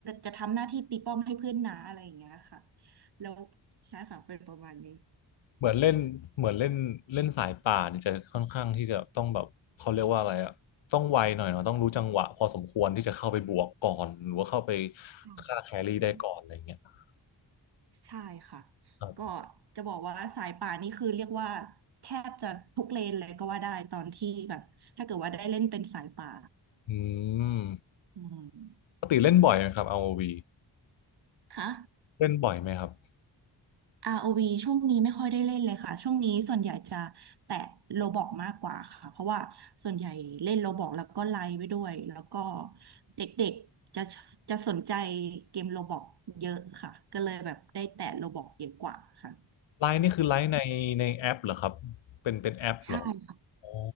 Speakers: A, on the right (about 60°); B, on the left (about 80°).
A: จะทำหน้าที่ตีป้อมให้เพื่อนนะอะไรอย่างเงี้ยค่ะแล้วใช่ค่ะเป็นประมาณนี้
B: เหมือนเล่นเหมือนเล่นเล่นสายป่าเนี่ยจะค่อนข้างที่จะต้องแบบเขาเรียกว่าอะไรอะต้องไวหน่อยเนาะต้องรู้จังหวะพอสมควรที่จะเข้าไปบวกก่อนหรือว่าเข้าไป
A: ค่
B: ฆ่าแครี่ได้ก่อนอะไรอย่างเงี้ยค
A: ะ ใช่ค่ะ
B: รับ
A: ก็จะบอกว่าสายป่านนี่คือเรียกว่าแทบจะทุกเลนเลยก็ว่าได้ตอนที่แบบถ้าเกิดว่าได้เล่นเป็นสายป่า
B: อืม
A: อืม
B: ปกติเล่นบ่อยไหมครับ r o ี
A: ค่ะ
B: เล่นบ่อยไหมครับ
A: ROV ช่วงนี้ไม่ค่อยได้เล่นเลยค่ะช่วงนี้ส่วนใหญ่จะแตะโลบล็อกมากกว่าค่ะเพราะว่าส่วนใหญ่เล่นโลบล็อกแล้วก็ไลฟ์ไปด้วยแล้วก็เด็กๆจะจะสนใจเกมโลบล็อกเยอะค่ะก็เลยแบบได้แตะโลบล็อกเยอะกว่าค่ะ
B: ไลน์นี่คือไลน์ในในแอปเหรอครับเป็นเป็นแอปเหรอ
A: ใช่ค่ะ
B: อ๋อ